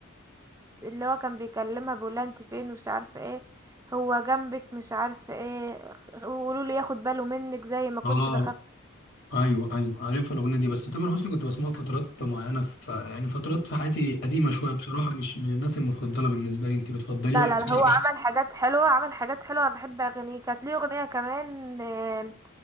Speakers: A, on the right; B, on the left.
A: اللي هو كان بيكلمها بيقولها انت فين ومش عارفه ايه هو جنبك مش عارفه ايه قولوا لي ياخد باله منك زي ما كنت
B: اه
A: بخاف
B: ايوه ايوه عارفها الاغنيه دي بس تامر حسني كنت بسمعه في فترات معينه في يعني فترات في حياتي قديمه شويه بصراحه مش من الناس المفضله بالنسبه لي انت بتفضليه
A: لا
B: يعني
A: لا لا، هو عمل حاجات حلوة عمل حاجات حلوة أنا بحب أغانيه كانت ليه أغنية كمان آه،